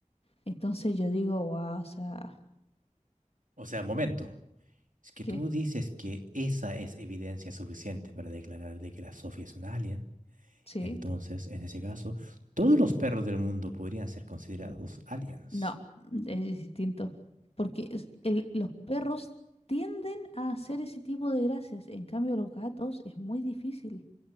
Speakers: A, on the left; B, on the right.
A: Entonces yo digo, wow, o sea,
B: O sea, momento. Es que
A: ¿qué?
B: tú dices que esa es evidencia suficiente para declarar de que la Sofía es un alien.
A: Sí.
B: Entonces, en ese caso, todos los perros del mundo podrían ser considerados aliens.
A: No, es distinto. Porque es- el- los perros tienden a hacer ese tipo de gracias. En cambio, los gatos es muy difícil.